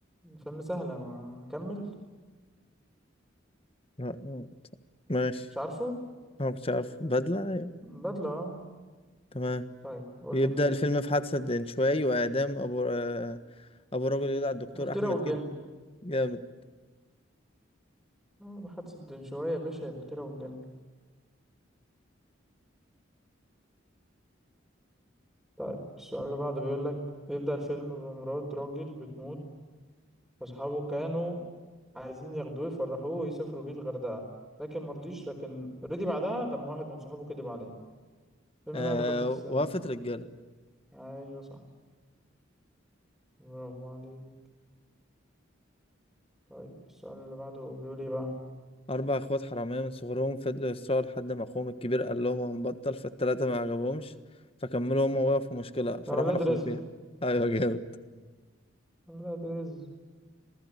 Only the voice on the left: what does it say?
لا، آه، ماشي
أنا مكنتش عارف بدلة أيوة.
تمام
يبدأ
الفيلم في حادثة دنشواي وإعدام أبو آه، ابو الراجل يدعى الدكتور احمد
كده جامد
آه
وقفت
رجاله
اربع اخوات حراميه من صغرهم فضلوا يسرقوا لحد ما اخوهم الكبير قال لهم هنبطل فالتلاته ما عجبهمش فكملوا هم وقفوا مشكله فراحوا
لاخوهم
فين <laughs> ايوه جامد